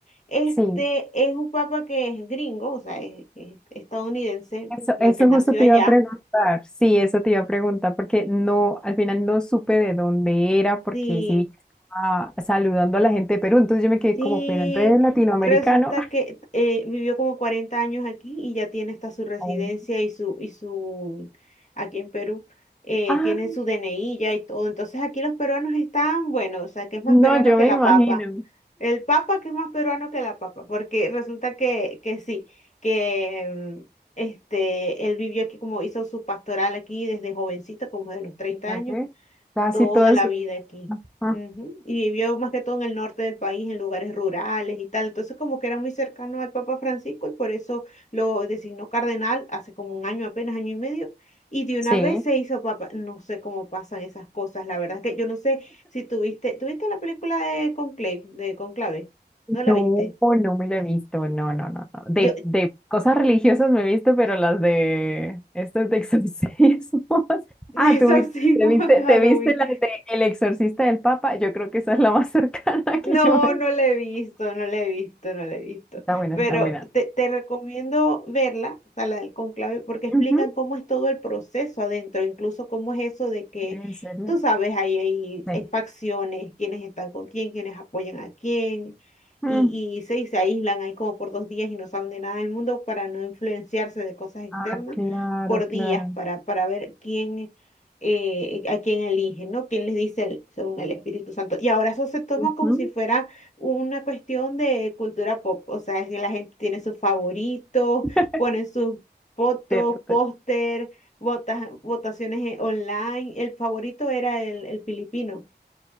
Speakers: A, on the left; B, in the centre.
A: este
B: Sí.
A: es un papa que es gringo, o sea, es, es estadounidense,
B: Eso,
A: porque
B: eso
A: nació
B: justo te
A: allá.
B: iba a preguntar. Sí, eso te iba a preguntar porque no, al final no supe de dónde era porque
A: Sí
B: sí vi que estaba saludando a la gente de Perú, entonces yo me quedé
A: Sí,
B: como, pero entonces latinoamericano.
A: resulta
B: <laughs>
A: que eh, vivió como 40 años aquí y ya tiene hasta su residencia
B: Oh.
A: y su, y su, aquí en Perú, eh,
B: Ah,
A: tiene su DNI ya y todo. Entonces aquí los peruanos están, bueno, o sea, que es más
B: no,
A: peruano
B: yo
A: que
B: me
A: la
B: imagino.
A: papa. El papa que es más peruano que la papa, porque resulta que, que sí, que mm, este, él vivió aquí como hizo su pastoral aquí desde jovencito, como de los treinta
B: Fíjate,
A: años
B: casi
A: toda
B: toda
A: la
B: su...
A: vida aquí.
B: Ajá,
A: Ujú. Y vivió más que todo en el norte del país, en lugares rurales y tal. Entonces, como que era muy cercano al Papa Francisco y por eso lo designó cardenal hace como un año, apenas año y medio. Y de una
B: sí.
A: vez se hizo papa. No sé cómo pasan esas cosas, la verdad es que yo no sé si tuviste, ¿tuviste la película de Conclave, de Conclave? ¿No la
B: No,
A: viste?
B: no me la he visto, no, no, no, no. De,
A: Yo, <laughs>
B: de cosas religiosas me he visto, pero las de estos de exorcismos. <laughs>
A: de
B: Ah,
A: exorcismo
B: tú vi- te viste,
A: <laughs> Halloween.
B: te viste la de El Exorcista del Papa. Yo creo que esa es la más <laughs> cercana
A: No,
B: que yo me.
A: no la he visto, no la he visto, no la he visto.
B: Está buena,
A: Pero
B: está buena.
A: te, te recomiendo verla, o sea, la del conclave, porque explican
B: Ujú.
A: cómo es todo el proceso adentro, incluso cómo es eso de que,
B: En serio.
A: tú sabes, ahí hay,
B: Sí.
A: hay facciones, quiénes están con quién, quiénes apoyan a quién, y,
B: Mm.
A: y se, y se aíslan ahí como por dos días y no saben de nada del mundo para no influenciarse de cosas externas
B: Ah, claro,
A: por días,
B: claro.
A: para, para ver quién eh, a quien eligen, ¿no? ¿Quién les dice el- según el Espíritu Santo? Y ahora eso se toma
B: Ujú.
A: como si fuera una cuestión de cultura pop, o sea, es que la gente tiene sus favoritos,
B: <laughs>
A: ponen sus fotos,
B: Cierto.
A: póster, vota- votaciones eh, online. El favorito era el, el filipino.